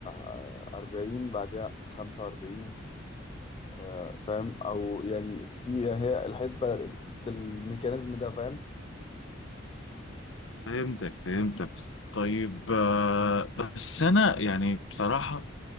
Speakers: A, on the left; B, on the left.
A: آه، 40 بعدها 45 آه، فاهم او يعني في هي الحسبة بالميكانيزم ده فاهم
B: فهمتك فهمتك طيب آه، بس انا يعني بصراحة